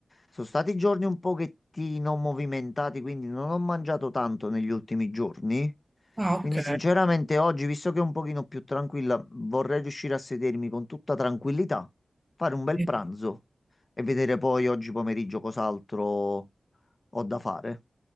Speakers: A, on the left; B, on the right.
A: sono stati giorni un pochettino movimentati, quindi non ho mangiato tanto negli ultimi giorni.
B: Ah, ok.
A: Quindi sinceramente oggi, visto che è un pochino più tranquilla, vorrei riuscire a sedermi con tutta tranquillità, fare un bel
B: Sì.
A: pranzo e vedere poi oggi pomeriggio cos'altro. Ho da fare.